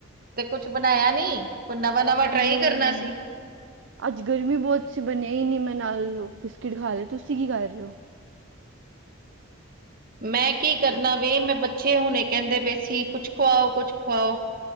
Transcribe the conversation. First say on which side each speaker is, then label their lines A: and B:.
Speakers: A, on the right (about 45°); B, on the right (about 60°).
A: ਤੇ ਕੁਛ ਬਣਾਇਆ, ਨੀ ਕੋਈ ਨਵਾਂ-ਨਵਾਂ ਟਰਾਈ
B: ਨਹੀਂ
A: ਕਰਨਾ ਸੀ।
B: ਅੱਜ ਗਰਮੀ ਬਹੁਤ ਸੀ ਬਣਿਆ, ਹੀ ਨਹੀਂ ਮੈਂ ਨਾਲ ਬਿਸਕਿਟ ਖਾ ਲਏ ਤੁਸੀਂ ਕੀ ਕਰ ਰਹੇ ਹੋ।
A: ਮੈਂ ਕੀ ਕਰਨਾ ਵੀੇ ਮੈਂ ਬੱਚੇ ਹੁਣੇ ਕਹਿੰਦੇ ਪੇ ਸੀ, ਕੁੱਛ ਖੁਵਾਓ ਕੁੱਛ ਖੁਵਾਓ।